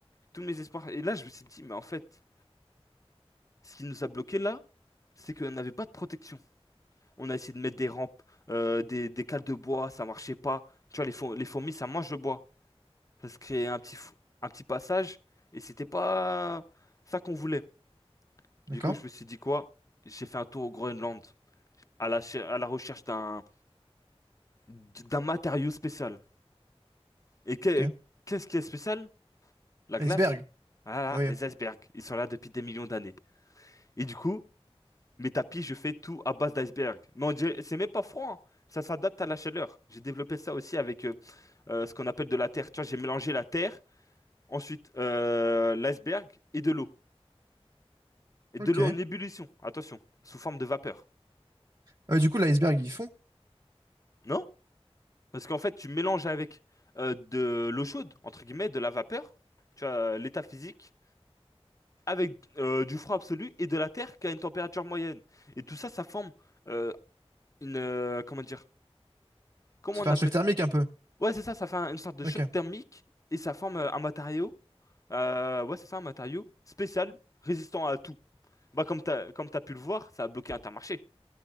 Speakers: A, on the left (about 30°); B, on the right (about 45°).
A: Tous mes espoirs. Et là, je me suis dit, mais en fait, ce qui nous a bloqués là, c'est qu'on n'avait pas de protection. On a essayé de mettre des rampes, euh, des, des cales de bois, ça marchait pas. Tu vois, les, four- les fourmis, ça mange le bois. Ça se créait un petit, fou- un petit passage, et c'était pas ça qu'on voulait.
B: D'accord?
A: Du coup, je me suis dit quoi? J'ai fait un tour au Groenland, à la, che- à la recherche d'un d'un matériau spécial. Et que-
B: Ok.
A: qu'est-ce qui est spécial? La
B: Iceberg.
A: glace? Ah là,
B: Ah Oui.
A: les icebergs, ils sont là depuis des millions d'années. Et du coup, mes tapis, je fais tout à base d'icebergs. Mais on dirait- c'est même pas froid, hein. Ça s'adapte à la chaleur. J'ai développé ça aussi avec euh, euh, ce qu'on appelle de la terre. Tu vois, j'ai mélangé la terre, ensuite euh, l'iceberg et de l'eau. Et de
B: Ok.
A: l'eau en ébullition, attention, sous forme de vapeur.
B: Ah ouais, du coup, l'iceberg, ils font.
A: Non? Parce qu'en fait, tu mélanges avec euh, de l'eau chaude, entre guillemets, de la vapeur, tu vois, euh, l'état physique, avec euh, du froid absolu et de la terre qui a une température moyenne. Et tout ça, ça forme euh, une euh, comment dire? Comment
B: Ça
A: on
B: fait un
A: appelle
B: choc thermique
A: ça?
B: un peu.
A: Ouais, c'est ça, ça fait un- une sorte de
B: Ok.
A: choc thermique et ça forme euh, un matériau. euh, ouais, c'est ça, un matériau spécial, résistant à tout. Bah comme t'as comme t'as pu le voir, ça a bloqué Intermarché.